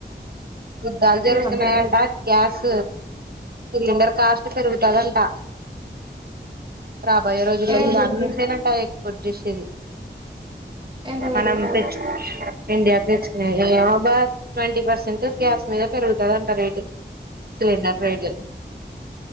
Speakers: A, on the right; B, on the right.
A: యుద్దాలు జరుగుతున్నాయంట
B: ఏం అప్డేట్
A: గ్యాస్ సిలిండర్ కాస్ట్ పెరుగుతాదంటా రాబోయే రోజుల్లో
B: ఏమో
A: ఇరాన్
B: చెప్పు
A: నుంచేనంట ఎక్స్పోర్ట్ చేసేది
B: ఎంత పెరుగుతది
A: మనం తెచ్చు ఇండియాకి తెచ్చిన ఏమబా ట్వంటీ పర్సెంట్ గ్యాస్ మీద పెరుగుతుంది అంట రేటు సిలిండర్ రేట్